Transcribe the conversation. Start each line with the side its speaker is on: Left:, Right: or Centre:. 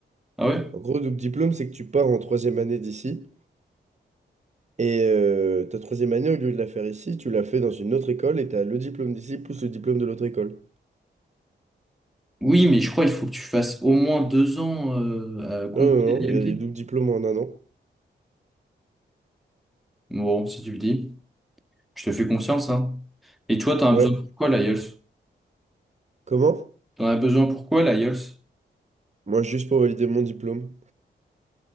Centre: Ah ouais?
Right: En gros, double diplôme, c'est que tu pars en troisième année d'ici. Et euh, ta troisième année, au lieu de la faire ici, tu la fais dans une autre école et t'as le diplôme d'ici plus le diplôme de l'autre école.
Centre: Oui, mais je crois qu'il faut que tu fasses au moins deux ans euh, à compo
Right: Non, non,
Centre: des DMT.
Right: non, il y a des doubles diplômes en un an.
Centre: Bon, si tu le dis, je te fais confiance, hein. Et toi, t'en
Right: Ouais.
Centre: as besoin pour quoi, l'IELTS?
Right: Comment?
Centre: T'en as besoin pour quoi, l'IELTS?
Right: Moi, juste pour valider mon diplôme.